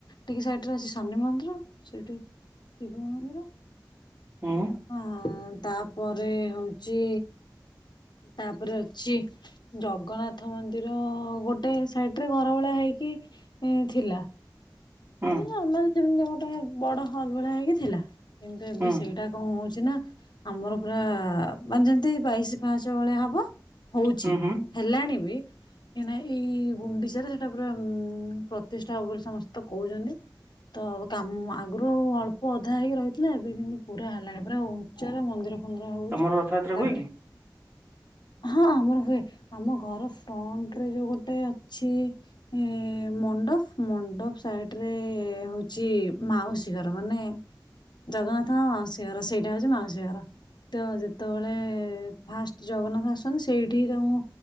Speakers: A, on the left; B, on the right.
A: ଟିକେ ସାଇଟରେ ଅଛି ଶନି ମନ୍ଦିର ସେଠି ଶିବ ମନ୍ଦିର।
B: ଉଁ
A: ଆ ତା ପରେ ହଉଛି ତାପରେ ଅଛି ଜଗନ୍ନାଥ ରଥ ମନ୍ଦିର ଗୋଟେ ସାଇଡ଼ରେ ଘର ଭଳିଆ ହେଇକି ଇ ଥିଲା।
B: ହୁଁ
A: ମାନେ ନର୍ମାଲ ଯେମିତି ଗୋଟେ ବଡ ହଲ୍ ଭଳିଆ ହେଇକି ଥିଲା କିନ୍ତୁ ଏବେ
B: ହୁଁ
A: ସେଇଟା କଣ ହଉଛି ନା ଆମର ପୁରା ମାନେ ଯେମିତି ବାଇଶି ପାଶ ଭଳିଆ ହବ ହଉଛି।
B: ହୁଁ ହୁଁ
A: ହେଲାଣି ବି କାହିଁକିନା ଏଇ ଗୁଣ୍ଡିଚାରେ ସେଟା ପୁରା ଉ ପ୍ରତିଷ୍ଠା ହବ ସମସ୍ତେ ତ କହୁଛନ୍ତି। ତ କାମ ଆଗରୁ ଅଳ୍ପ ଅଧା ହେଇକି ରହିଥିଲା ଏବେ କିନ୍ତୁ ପୁରା ହେଲାଣି ପୁରା ଉଚ୍ଚାର ମନ୍ଦିର ମନ୍ଦିର ହଉଚି
B: ତମର ରଥଯାତ୍ରା
A: ତାପରେ
B: ହୁଏ କି?
A: ହଁ ଆମର ହୁଏ ଆମ ଘର ଫ୍ରଣ୍ଟରେ ଯୋଉ ଗୋଟେ ଅଛି ଏ ମଣ୍ଡପ ମଣ୍ଡପ ସାଇଟି ରେ ହଉଛି ମାଉସୀ ଘର ମାନେ ଜଗନ୍ନାଥଙ୍କ ମାଉସୀ ଘର ସେଇଟା ହଉଛି ମାଉସୀ ଘର। ତ ଯେତେବେଳେ ଫାଷ୍ଟ ଜଗନ୍ନାଥ ଆସନ୍ତି ସେଇଠିି ତ ମୁଁ